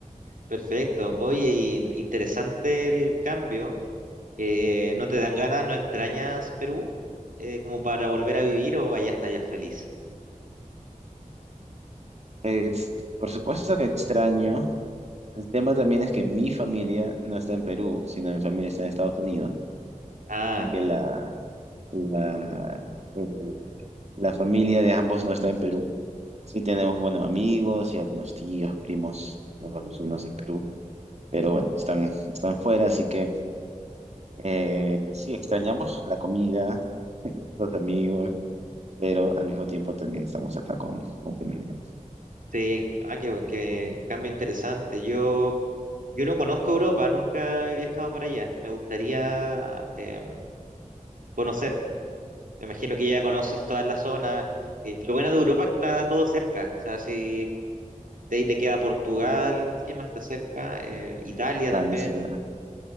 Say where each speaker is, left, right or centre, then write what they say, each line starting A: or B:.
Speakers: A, on the right; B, on the right.
A: Perfecto. Oye, y interesante el cambio. Eh, ¿no te dan ganas, no extrañas Perú? Eh, como para volver a vivir o allá estás ya feliz?
B: Es, por supuesto que extraño. El tema también es que mi familia no está en Perú, sino mi familia está en Estados Unidos.
A: Ah,
B: Así que la, la, el- la familia de ambos no está en Perú. Sí tenemos buenos amigos y algunos tíos, primos, luego los vecinos del Perú, pero bueno, están, están fuera, así que eh, sí extrañamos la comida, los amigos, pero al mismo tiempo también estamos acá con, con familia.
A: sí, ah, qué, bu- qué cambio interesante. Yo, yo no conozco Europa, nunca he viajado para allá. Me gustaría em, conocer. Me imagino que ya conoces toda la zona. Eh, lo bueno de Europa es que está todo cerca. O sea, si de ahí te queda Portugal, ¿qué más está cerca? Eh, Italia
B: Francia.
A: también.